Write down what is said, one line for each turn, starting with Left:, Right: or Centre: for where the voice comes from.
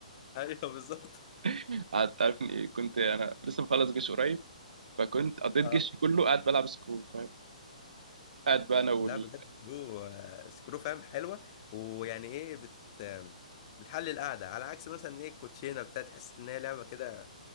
Left: <laughs> ايوه بالظبط
Right: <laughs> قعدت تعرف إن إيه، كنت انا لسه مخلص جيش قريب فكنت قضيت
Left: اه
Right: جيشي كله قاعد بلعب سكرو فاهم قاعد بقى انا وال
Left: لا بجد سكرو آه، سكرو فاهم حلوه ويعني ايه بت آم، بتحل القعده على عكس مثلا ايه الكوتشينه بتاع تحس ان هي لعبه كده